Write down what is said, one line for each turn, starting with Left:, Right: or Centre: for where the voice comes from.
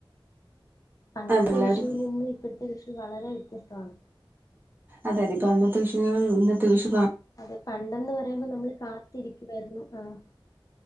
Left: പണ്ടത്തെ
Right: അതെല്ലാവരും
Left: വിഷുവിൽ നിന്ന് ഇപ്പോയ്ത്തെ വിഷു വളരെ വ്യത്യസ്തമാണ്
Right: അതെ അതിപ്പൊ അന്നത്തെ വിഷു <unintelligible> ഇന്നത്തെ വിഷു
Left: അതെ പണ്ടന്ന് പറയുമ്പോ നമ്മള് കാത്തിരിക്കുവായിരുന്നു ആഹ്